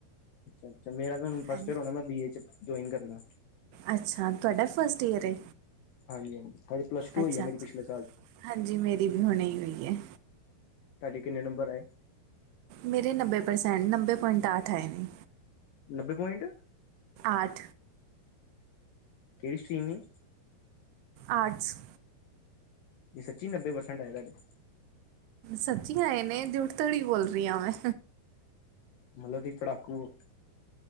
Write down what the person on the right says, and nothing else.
ਹਾਂਜੀ
ਅੱਛਾ ਤੁਹਾਡਾ ਫਸਟ ਈਅਰ ਹੈ
ਅੱਛਾ
ਅੱਛਾ
ਹਾਂਜੀ ਮੇਰੀ ਵੀ ਹੁਣੇ ਹੋਈ ਹੈ।
ਮੇਰੇ ਨੱਬੇ ਪ੍ਰਸੈਂਟ ਨੱਬੇ ਪੁਆਇੰਟ ਅੱਠ ਆਏ ਨੇ।
ਆਠ।
ਆਟਸ।
ਸੱਚੀ ਆਏ ਨੇ ਝੂਟ ਥੋੜੀ ਬੋਲ ਰਹੀ ਹਾਂ ਮੈਂ।